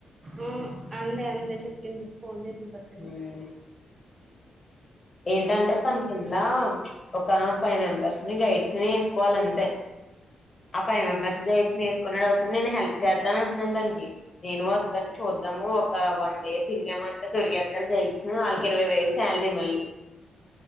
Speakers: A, on the right (about 30°); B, on the left (about 25°).
A: ఆ అందే అందే చెప్పింది అ ఫోన్ చేసిన పెద్దన్న
B: ఉమ్ ఏంటంటే తన కింద ఒక ఫైవ్ మెంబర్స్ ని గైడ్స్ ని వేసుకోవాలి అంతే ఆ ఫైవ్ మెంబర్స్ గైడ్స్ వేసుకునేటప్పుడు నేను హెల్ప్ చేస్తాను అంటున్నాను దానికి నేను వద్దాని చూద్దాము ఒక వన్ డే తిరిగామంటే దొరికేస్తారు గైడ్స్ వాళ్ళకి ఇరవై వేలు సాలరీ మళ్ళీ